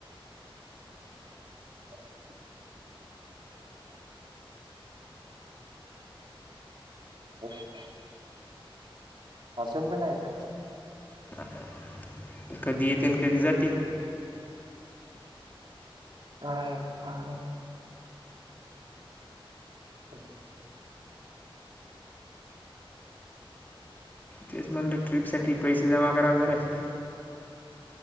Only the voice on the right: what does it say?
<inaudible> <inaudible> अस <unintelligible> आहेत का?
<unintelligible> <unintelligible>